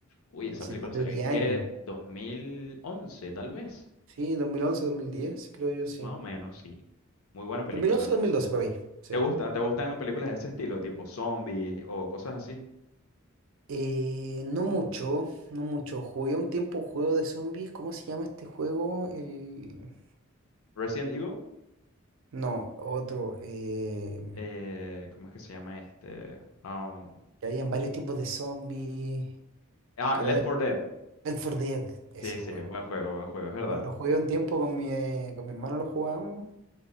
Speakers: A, on the left; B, on the right.
A: uy, esa
B: hace
A: película
B: más
A: salió
B: de 10
A: en qué,
B: años.
A: 2011 tal vez.
B: Sí, dos dos mil once, dos mil diez, creo yo, sí.
A: Más o menos, sí. Muy buena película.
B: Dos dos mil once, dos mil doce por ahí, sí.
A: ¿Te gustan? ¿Te gustan películas de ese estilo, tipo zombies o cosas así?
B: Eh, no mucho, no mucho. Jugué un tiempo un juego de zombies. ¿Cómo se llama este juego? El...
A: Resident Evil,
B: No, otro. eh,
A: eh, ¿cómo es que se llama este? Um,
B: que habían varios tipos de zombies.
A: ah,
B: Que
A: Left
B: era de
A: 4 Dead.
B: Left 4 Dead, ese
A: Sí, sí,
B: juego.
A: buen juego, buen juego, es verdad.
B: Lo, lo jugué un tiempo con mi, eh, con mi hermano, lo jugábamos.